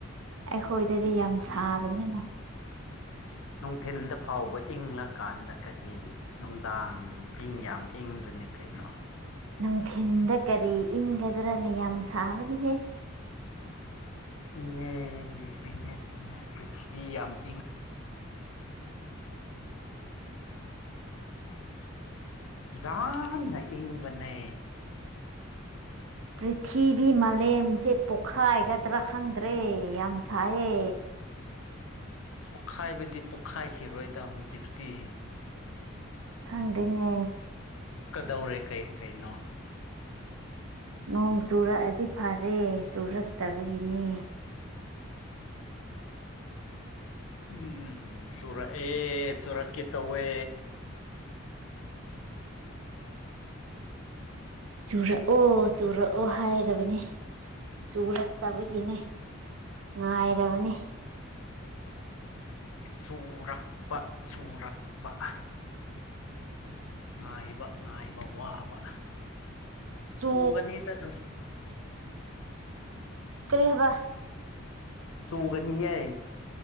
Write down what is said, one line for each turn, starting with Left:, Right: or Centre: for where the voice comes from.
Right: ꯑꯩꯈꯣꯏꯗꯗꯤ
Left: ꯏꯪꯕꯅꯦ
Right: ꯌꯥꯝ ꯁꯥꯕꯅꯤꯅ
Left: ꯑꯩꯈꯣꯏꯗꯗꯤ ꯅꯨꯡꯊꯤꯟꯗ ꯐꯥꯎꯕ ꯏꯪꯂꯀꯥꯟꯗ ꯀꯔꯤ ꯅꯨꯡꯗꯥꯡ ꯏꯪ ꯌꯥꯝ ꯏꯪꯕꯅꯤ ꯅꯤꯀꯩꯅꯣ
Right: ꯅꯨꯡꯊꯤꯟꯗ ꯀꯔꯤ ꯏꯪꯒꯗ꯭ꯔꯥꯅꯦ ꯌꯥꯝ ꯁꯥꯔꯅꯤꯍꯦ
Left: ꯏꯪꯉꯦ ꯏꯪꯉꯦ ꯏꯪꯉꯦ ꯄ꯭ꯔꯤꯊꯤꯕꯤ ꯌꯥꯝ ꯏꯪꯉꯦ ꯌꯥꯝꯅ ꯏꯪꯕꯅꯦ
Right: ꯄ꯭ꯔꯤꯊꯤꯕꯤ ꯃꯥꯂꯦꯝꯁꯦ ꯄꯣꯛꯈꯥꯏꯒꯗ꯭ꯔꯥ ꯈꯪꯗ꯭ꯔꯦ ꯌꯥꯝ ꯁꯥꯏꯌꯦ
Left: ꯄꯣꯛꯈꯥꯏꯕꯗꯤ ꯄꯣꯛꯈꯥꯏꯈꯤꯔꯣꯏꯗ ꯍꯧꯖꯤꯛꯇꯤ
Right: ꯈꯪꯗꯦꯅꯦ
Left: ꯀꯗꯧꯔꯦ ꯀꯩ ꯀꯩꯅꯣ
Right: ꯅꯣꯡ ꯆꯨꯔꯛꯑꯗꯤ ꯐꯔꯦ ꯆꯨꯔꯛꯇꯕꯒꯤꯅꯤ
Left: ꯎꯝ ꯆꯨꯔꯛꯑꯦ ꯆꯨꯔꯛꯀꯦ ꯇꯧꯋꯦ
Right: ꯆꯨꯔꯛꯑꯣ ꯆꯨꯔꯛꯑꯣ ꯍꯥꯏꯔꯕꯅꯤ ꯆꯨꯔꯛꯇꯕꯒꯤꯅꯦ ꯉꯥꯏꯔꯕꯅꯤ
Left: ꯆꯨꯔꯛꯄ ꯆꯨꯔꯛꯄ ꯉꯥꯏꯕ ꯉꯥꯏꯕ ꯋꯥꯕ
Right: ꯆꯨ
Left: ꯆꯨꯒꯅꯦꯗ ꯑꯗꯨꯝ
Right: ꯀꯔꯤ ꯍꯥꯏꯕ
Left: ꯆꯨꯒꯅꯤꯌꯦ